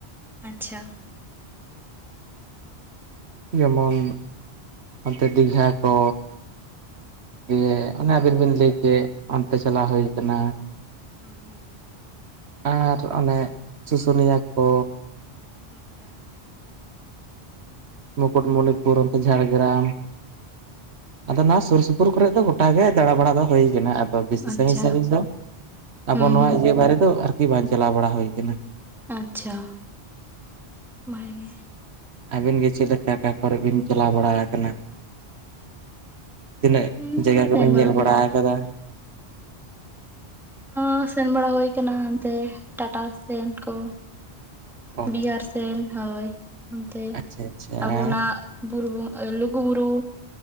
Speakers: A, in the centre; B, on the right.
A: ᱟᱪᱪᱷᱟ
B: ᱡᱮᱢᱚᱱ ᱚᱱᱛᱮ ᱫᱤᱜᱷᱟ ᱠᱚ ᱫᱤᱭᱮ ᱚᱱᱮ ᱟᱵᱤᱱ ᱵᱤᱱ ᱞᱟᱹᱭ ᱠᱮᱫ ᱚᱱᱛᱮ ᱪᱟᱞᱟᱣ ᱦᱳᱭ ᱠᱟᱱᱟ
A: ᱦᱩᱸ ᱦᱩᱸ
B: ᱟᱨ ᱚᱱᱮ ᱥᱩᱥᱩᱱᱤᱭᱟ. ᱠᱚ
A: ᱟᱪᱪᱷᱟ
B: ᱢᱩᱠᱩᱴᱢᱩᱱᱤᱯᱩᱨ ᱚᱱᱛᱮ ᱡᱷᱟᱲᱜᱨᱟᱢ ᱟᱫᱚ ᱱᱚᱣᱟ ᱥᱩᱨ ᱥᱩ ᱯᱩᱨ ᱠᱚᱨᱮᱫ ᱫᱚ ᱜᱚᱴᱟᱜᱮ ᱫᱟᱲᱟ ᱵᱟᱲᱟ ᱫᱚ ᱦᱳᱭ ᱠᱟᱱᱟ ᱟᱨ ᱚ ᱵᱮᱥᱤ
A: ᱟᱪᱪᱷᱟ
B: ᱥᱟᱹᱜᱤᱧ ᱥᱟᱹᱜᱤᱧ ᱫᱚ ᱟᱵᱚ
A: ᱦᱩᱸ
B: ᱱᱚᱣᱟ
A: ᱦᱩᱸ
B: ᱤᱭᱟᱹ ᱵᱟᱨᱮ ᱫᱚ ᱟᱨᱠᱤ ᱵᱟᱝ ᱪᱟᱞᱟᱣ ᱵᱟᱲᱟ ᱦᱩᱭ ᱠᱟᱱᱟ
A: ᱟᱪᱪᱷᱟ ᱵᱷᱟᱜᱮ
B: ᱟᱹᱵᱤᱱ ᱜᱮ ᱪᱮᱫ ᱞᱮᱠᱟ ᱚᱠᱟ ᱠᱚᱨᱮᱫ ᱵᱤᱱ ᱪᱟᱞᱟᱣ ᱵᱟᱲᱟ ᱠᱟᱱᱟ ᱛᱤᱱᱟᱹᱜ
A: ᱦᱩᱸ
B: ᱡᱟᱭᱜᱟ ᱠᱚ
A: ᱥᱮᱱ
B: ᱵᱮᱱ ᱧᱮᱞ
A: ᱦᱩᱭ
B: ᱵᱟᱲᱟ
A: ᱠᱟᱱᱟ
B: ᱠᱟᱫᱟ
A: ᱚ ᱥᱮᱱ ᱵᱟᱲᱟ ᱦᱳᱭ ᱠᱟᱱᱟ ᱚᱱᱛᱮ ᱴᱟᱴᱟ ᱥᱮᱱ ᱠᱚ
B: ᱚ
A: ᱵᱤᱦᱟᱨ ᱥᱮᱱ ᱦᱳᱭ ᱚᱱᱛᱮ
B: ᱟᱪᱪᱷᱟ ᱟᱪᱪᱷᱟ
A: ᱟᱵᱚᱱᱟᱜ
B: ᱟᱨ
A: ᱵᱩᱨᱩ ᱵᱩ ᱮ ᱞᱩᱜᱩᱵᱩᱨᱩ